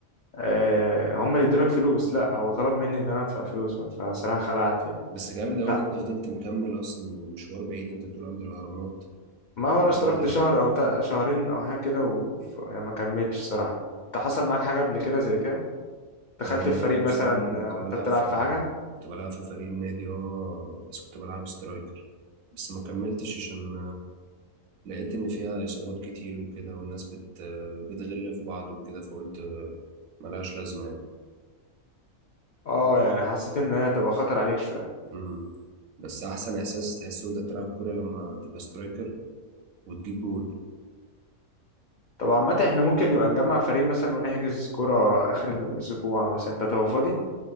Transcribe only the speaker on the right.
بس جامد قوي
ان انت فضلت مكمل اصلا المشوار بعيد انت بتقول عند الاهرامات
مشوار
بعيد
قوي
أه
لا
بصراحة
انا كنت
بلعب
في
كنت بلعب في فريق النادي اه بس كنت بلعب سترايكر بس ما كملتش عشان لقيت إن فيها إصابات كتير وكده والناس بت بتغل في بعض وكده فقلت ملهاش لازمة يعني
مم. بس أحسن إحساس تحسه وأنت بتلعب كورة لما تبقى سترايكر وتجيب جول